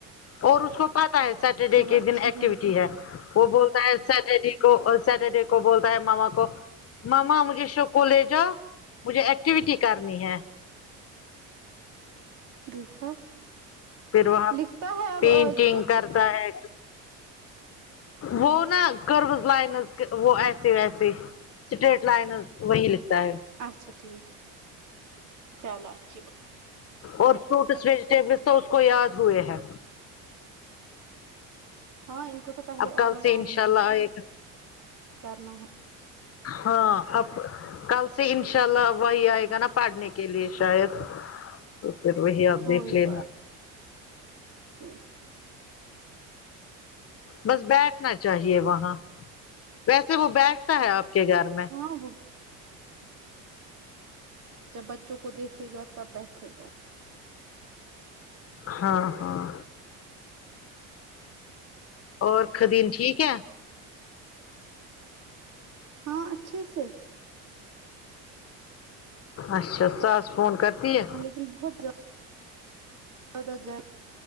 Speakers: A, on the left (about 40°); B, on the right (about 55°).
A: اور اس کو پتا ہے سیٹرڈے
B: چلو
A: کے
B: اچھی
A: دن ایکٹیویٹی
B: بات
A: ہے وہ بولتا ہے سیٹرڈے کو اور سیٹرڈے کو بولتا ہے ماما کو ماما مجھے اسکول لے جاؤ مجھے ایکٹیویٹی کرنی ہے
B: دیکھا
A: پھر وہاں
B: لکھتا ہے اب
A: پینٹنگ
B: آج کچھ
A: <inaudible> وہ نا کروز لائنز وہ ایسیے ایسیے اسٹریٹ لائنز وہی لکھتا ہے
B: اچھا ٹھیک چلو اچھی بات
A: اور فروٹس ویجیٹیبلس
B: ہے
A: تو اس کو یاد ہوئے ہیں
B: ہاں ان کو تو پہلے
A: اب کل
B: اورل
A: سے
B: اورل
A: انشاء اللہ
B: ہی
A: آئے گا
B: کرنا ہے
A: ہاں آپ کل سے انشاء اللہ وہی آئے گا نا پڑھنے کے لیے شاید تو پھر وہی آپ
B: کوئی
A: دیکھ لینا
B: بات نہیں
A: بس بیٹھنا چاہیے وہاں ویسے وہ بیٹھتا ہے آپ کے گھر میں
B: ہاں وہ جب بچوں کو دیکھے گا تب بیٹھے گا
A: ہاں ہاں اور خدیین ٹھیک ہے
B: ہاں اچھے سے
A: اچھا ساس فون کرتی ہے
B: <unintelligible> <unintelligible>